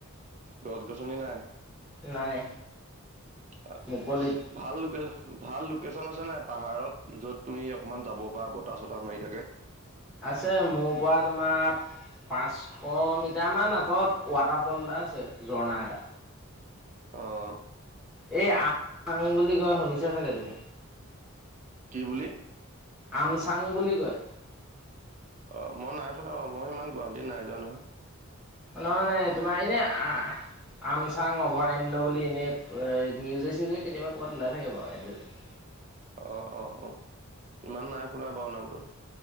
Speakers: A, on the right; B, in the centre.
A: গছ গছনি নাই।
B: নাই।
A: অ
B: মুকলিত
A: ভাল লোকে। ভাল লোকেশ্যন আছে নাই পাহাৰত য'ত তুমি অকণমান যাব পৰা বতাহ চতাহ মাৰি থাকে।
B: আছে মোৰ পৰা তোমাৰ। পাঁচশ মিটাৰমান আঁতৰত ৱাটাৰফল এটা আছে ঝৰ্ণা এটা।
A: অহ।
B: এই আং আং বুলি কয় শুনিছা চাগে তুমি।
A: কি বুলি।
B: আমচাং বুলি কয়।
A: অ মই নাই শুনা মই ইমান গুৱাহাটীত নাই যোৱা নহয়।
B: নহানে তোমাৰ এনে আ। আম চাং অভয়াৰণ্য বুলি এনেই নিউজে চিউজে কেতিয়াবা ক'ৰবাত ওলাই থাকে বাৰু এডভাতাইজ।
A: অ- অ- অ ইমান নাই শুনা বাৰু নামটো।